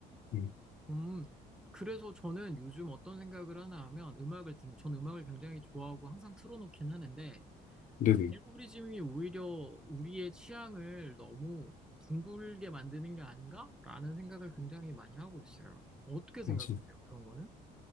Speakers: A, on the left (about 50°); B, in the centre.
A: 음,
B: 음, 그래서 저는 요즘 어떤 생각을 하나 하면 음악을 듣는, 전 음악을 굉장히 좋아하고 항상 틀어놓긴 하는데,
A: 네네
B: 알고리즘이 오히려 우리의 취향을 너무 둥글게 만드는 게 아닌가라는 생각을 굉장히 많이 하고 있어요. 어떻게
A: 맞아요.
B: 생각하세요, 그런 거는?